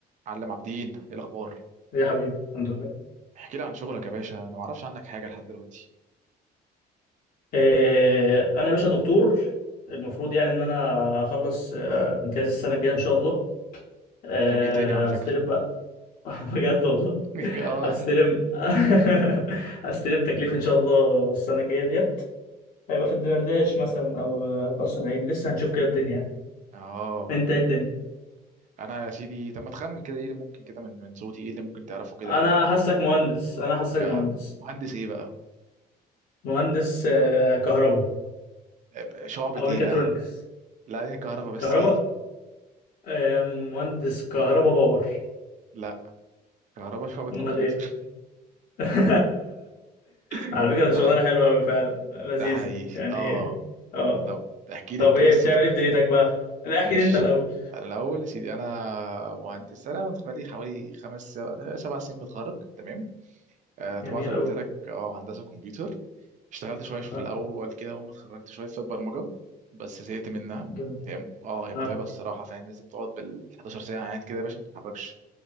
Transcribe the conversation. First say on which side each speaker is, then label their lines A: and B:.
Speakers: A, on the right; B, on the left.
A: معلم عابدين ايه الاخبار
B: يا حبيبي الحمد لله
A: احكي لي عن شغلك يا باشا انا ما اعرفش عنك حاجه لحد دلوقتي
B: آه، انا يا باشا دكتور المفروض يعني ان انا اخلص آه، امتياز السنه الجايه ان شاء الله آه،
A: أنت فاجئتني على فكره
B: هستلم بقى <laughs> بجد والله
A: <laughs> اه
B: هستلم <laughs> هستلم تكليف ان شاء الله السنه الجايه ديت هيبقى في الدمرداش مثلا او قصر العيني لسه هنشوف كده الدنيا يعني.
A: اه
B: انت ايه الدنيا
A: انا يا سيدي طب ما تخمن كده ايه اللي ممكن كده من من صوتي ايه اللي ممكن تعرفه كده
B: انا
A: عندي
B: حاسك مهندس انا حاسك
A: يا
B: مهندس
A: مهندس ايه بقى
B: مهندس آه، كهرباء
A: آه، شعبة
B: او
A: ايه
B: ميكاترونكس
A: بقى لا انا كهرباء بس
B: كهرباء
A: ايه
B: آه، مهندس كهرباء باور
A: لا كهرباء شعبة كمبيوتر
B: امال ايه <laughs>
A: <laughs>
B: على فكرة دي شغلانة
A: اه
B: حلوة أوي فعلا لذيذة
A: ده حقيقي
B: يعني
A: اه
B: اه
A: طب احكي
B: طب
A: لي انت
B: ايه
A: بس
B: بتعمل
A: كت...
B: ايه في دنيتك بقى؟ لا
A: ماشي
B: احكي لي انت الأول
A: انا الاول يا سيدي انا مهندس انا بقالي حوالي خمس سبع سبع سنين متخرج تمام آه، طبعا
B: جميل
A: زي ما
B: أوي
A: قلت لك اه هندسه كمبيوتر اشتغلت شويه في
B: اه
A: الاول كده اول ما اتخرجت شويه في البرمجه بس زهقت منها
B: جميل
A: هي اه هي متعبه
B: اه
A: الصراحه فاهم لازم تقعد بال 11 ساعه قاعد كده يا باشا ما بتتحركش